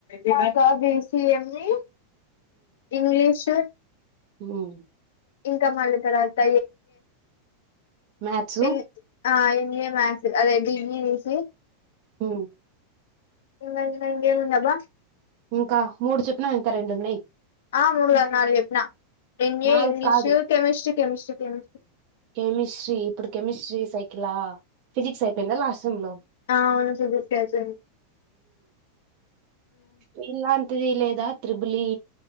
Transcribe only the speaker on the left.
మాక B C M E English
ఇంకా మళ్ళీ తరువాత
<unintelligible> <unintelligible> ఆ ఈ మాసి అదే ఢింగ తీసి <unintelligible>
ఇంగ ఇంగ ఇంగెమ్ ఉందబ్బా
ఆ మూడు కాదు నాలుగు చెప్నా హిందీ,
ఇంగ్లీీష్,
కెమిస్ట్రి, కెమిస్ట్రీ, కెమిస్ట్రీ
అవును <unintelligible> సబ కతు